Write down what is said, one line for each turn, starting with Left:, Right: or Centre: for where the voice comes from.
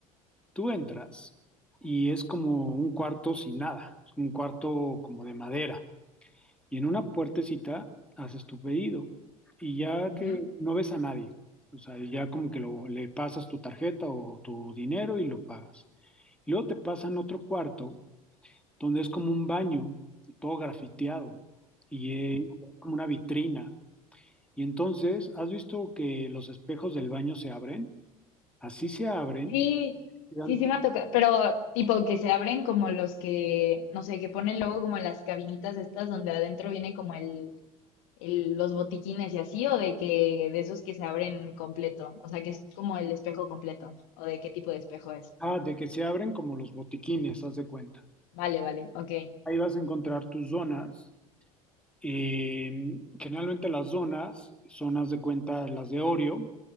Centre: Tú entras y es como un cuarto sin nada, es un cuarto como de madera. Y en una puertecita haces tu pedido y ya
Left: Ujú.
Centre: que no ves a nadie, o sea, ya como que lo, le pasas tu tarjeta o tu dinero y lo pagas. Y luego te pasan otro cuarto donde es como un baño, todo grafiteado y es como una vitrina. Y entonces, ¿has visto que los espejos del baño se abren? Así se abren,
Left: Sí,
Centre: y dan-
Left: sí, sí me ha tocado, pero tipo que se abren como los que, no sé, que ponen luego como en las cabinitas estas donde adentro viene como el, el- los botiquines y así, o de que de esos que se abren completo, o sea, que es como el espejo completo, o de qué tipo de espejo es.
Centre: ah, de que se abren como los botiquines, haz de cuenta.
Left: Vale, vale, ok.
Centre: Ahí vas a encontrar tus donas Eh, generalmente las donas son, haz de cuenta, las de Oreo.